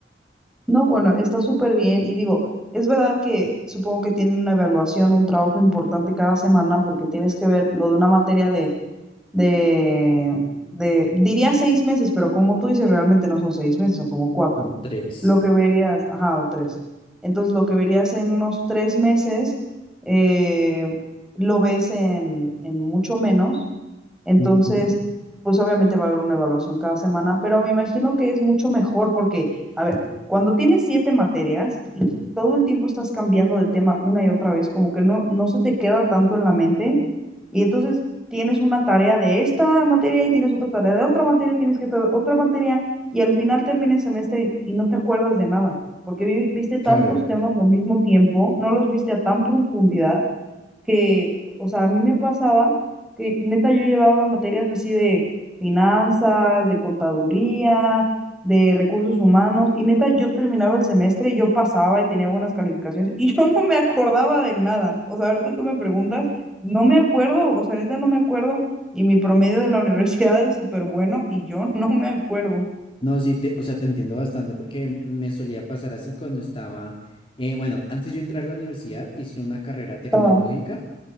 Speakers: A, in the centre; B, on the left.
A: No, bueno, está súper bien. Y digo, es verdad que supongo que tienen una evaluación, un trabajo importante cada semana porque tienes que ver lo de una materia de, de, de, diría seis meses, pero como tú dices, realmente no son seis meses, son como cuatro.
B: Son tres.
A: Lo que verías, ajá, o tres. Entonces, lo que verías en unos tres meses, eh, lo ves en, en mucho menos entonces,
B: Ujú,
A: pues obviamente va a haber una evaluación cada semana, pero me imagino que es mucho mejor porque, a ver, cuando tienes siete materias y todo el tiempo estás cambiando de tema una y otra vez, como que no, no se te queda tanto en la mente y entonces tienes una tarea de esta materia y tienes otra tarea de otra materia, tienes que tra- otra materia y al final termina el semestre y, y no te acuerdas de nada, porque vi- viste tantos
B: claro.
A: temas al mismo tiempo, no los viste a tan profundidad que, o sea, a mí me pasaba que neta yo llevaba materias así de finanzas, de contaduría, de recursos humanos, y neta yo terminaba el semestre y yo pasaba y tenía buenas calificaciones y <laughs> yo no me acordaba de nada. O sea, ahorita tú me preguntas, no me acuerdo, o sea, neta no me acuerdo, y mi promedio de la <laughs> universidad es súper bueno y yo no me acuerdo.
B: No, sí, te, o sea, te entiendo bastante porque me solía pasar así cuando estaba, eh, bueno, antes yo entrar a la universidad hice una carrera tecnológica
A: Ah,